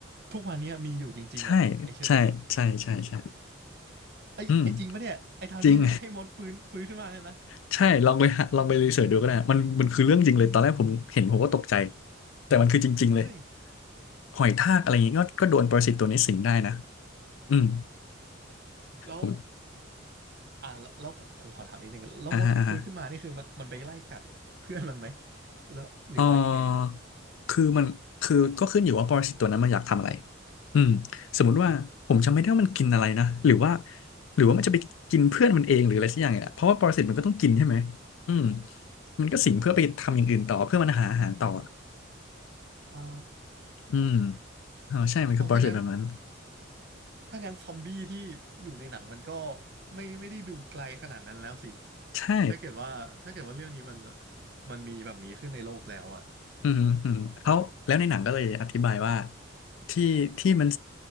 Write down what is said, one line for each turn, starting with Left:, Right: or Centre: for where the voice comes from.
Right: ทุกวันเนี้ยมีอยู่จริงๆเหรอไอเชื้อตัวเนี้ย
Left: ใช่ใช่ใช่ใช่ใช่
Right: ไอยไอจริงปะเนี่ยไอทางที่ให้มดฟื้นฟื้นขึ้นมาเนี่ยนะ
Left: อืมจริง <laughs> ใช่ลองไปหาลองไปรีเสิร์ชดูก็ได้มันมันคือเรื่องจริงเลยตอนแรกผมเห็นผมก็ตกใจแต่มันคือจริงๆเลย
Right: เฮ้ย
Left: หอยทากอะไรอย่างงี้ก็ก็โดนปรสิตตัวนี้สิงได้นะอืม
Right: แล้ว
Left: ผม
Right: อ่าแล้วแล้วผมผมขอถามนิดนึงแล้วมดที่ฟื้นขึ้นมานี่คือมันมันไปไล่กัดเพื่อนมันไหม
Left: อ่าฮะอ่าฮะ
Right: แล้วหรือว่ายังไงครับ
Left: เออคือมันคือก็ขึ้นอยู่ว่าปรสิตตัวนั้นมันอยากทำอะไรอืมสมมุติว่าผมจำไม่ได้ว่ามันกินอะไรนะหรือว่าหรือว่ามันจะไปกินเพื่อนมันเองหรืออะไรสักอย่างเนี่ยเพราะว่าปรสิตมันก็ต้องกินใช่ไหมอืมมันก็สิงเพื่อไปทำอย่างอื่นต่อเพื่อมันหาอาหารต่อ
Right: อ๋อ
Left: อืมอ๋อใช่มันคือปรสิตแบบนั้น
Right: เอาถ้างั้น ถ้างั้นซอมบี้ที่อยู่ในหนังมันก็ไม่ไม่ได้ดูไกลขนาดนั้นแล้วสิ
Left: ใช่
Right: ถ้าเกิดว่าถ้าเกิดว่าเรื่องนี้มันมันมีแบบนี้ขึ้นในโลกแล้วอะ
Left: อืมอืมเขาแล้วในหนังก็เลยอธิบายว่าที่ที่มัน